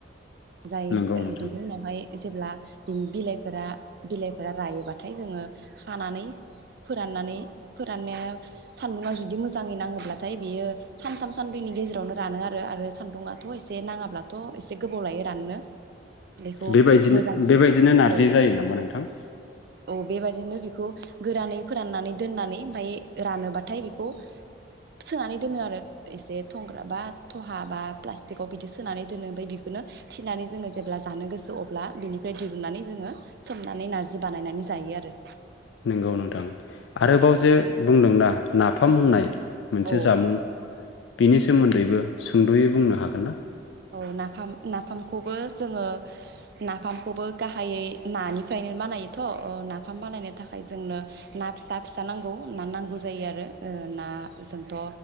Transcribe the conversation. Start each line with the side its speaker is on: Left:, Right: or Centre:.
Right: जाय
Left: नंगौ नोंथां
Right: ओ बि बेनि उनावहाय जेब्ला बिनि बिलाइफोरा बिलाइफोरा रायोबाथाय जोङो हानानै फोराननानै फोराननाया सान्दुङा जुदि मोजाङै नाङोब्लाथाय बियो सानथाम सानब्रैनि गेजेरावनो रानो आरो। आरो सान्दुङाथ' एसे नाङाब्लाथ' एसे गोबाव लायो राननो। बेखौ
Left: बेबायदिनो
Right: मोजाङै
Left: बेबायदिनो नारजि
Right: औ
Left: जायो नामा नोंथां?
Right: औ बेबायदिनो बेखौ गोरानै फोराननानै दोननानै ओमफफ्राय रानोबाथाय बेखौ सोनानै दोनो आरो एसे थंग्रा बा थहा बा प्लास्टिकआव बिदि सोनानै दोनो। ओमफ्राय बेखौनो थिनानै जोङो जेब्ला जानो गोसो अब्ला बिनिफ्राय दिरुननानै जोङो सोमनानै नारजि बानायनानै जायो आरो।
Left: नंगौ नोंथां आरोबाव
Right: औ
Left: जे बुंदोंना नाफाम होननाय मोनसे
Right: औ
Left: जामुं बिनि सोमोन्दैबो सुंद'यै बुंनो हागोन ना?
Right: औ नाफाम नाफामखौबो जोङो नाफामखौबो गाहायै नानिफ्रायनो बानायोथ' औ नाफाम बानायनो था खाय जोंनो ना फि सा फिसा नांगौ ना नांगौ जायो आरो ओ ना जोंथ'